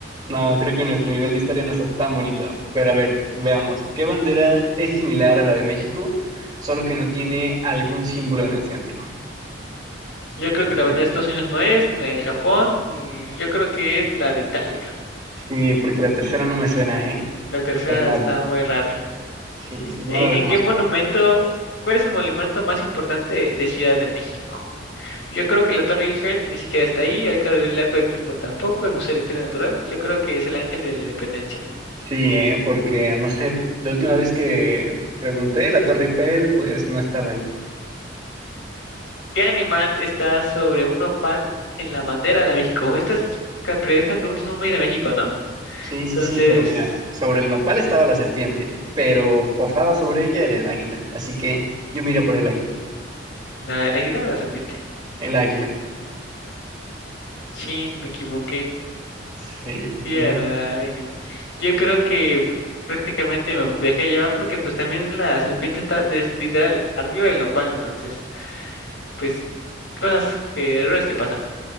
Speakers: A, on the right (about 20°); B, on the left (about 75°).
A: no, creo que nuestro nivel de historia no está tan bonito. Pero a ver, veamos. ¿Qué bandera es similar a la de México, solo que no tiene algún símbolo en el centro?
B: Yo creo
A: Porque-
B: que la bandera de Estados Unidos no es, ni la de Japón, y yo creo que es la de Italia.
A: sí, porque la tercera no me suena, ¿eh?
B: La tercera
A: Para nada.
B: está muy rara.
A: Sí, sí, no
B: ¿En,
A: la reconozco.
B: en qué monumento, cuál es el monumento más importante de, de Ciudad de México? Yo creo que la Torre Eiffel ni siquiera está ahí, el, Arco el Arco de Triunfo tampoco, el Museo de Historia Natural. Yo creo que es el Ángel de la Independencia.
A: Sí, ¿eh? Porque, no sé, la última vez que pregunté, la Torre Eiffel, pues no estaba ahí.
B: ¿Qué animal está sobre un nopal en la bandera de México? Estas, ca- pre- estas preguntas son muy de México, ¿no?
A: Sí,
B: Entonces,
A: sí, sí, pero mira, sobre el nopal estaba la serpiente, pero posada sobre ella era el águila. Así que yo me iría por el águila.
B: ¿la, el águila o la serpiente?
A: El águila.
B: Chin, me equivoqué.
A: Sí, sí,
B: Sí,
A: sí.
B: a la, al águila. Yo creo que pr- prácticamente me dejé llevar porque pues también la serpiente está de- literal arriba del nopal, entonces, pues cosas que, errores que pasan.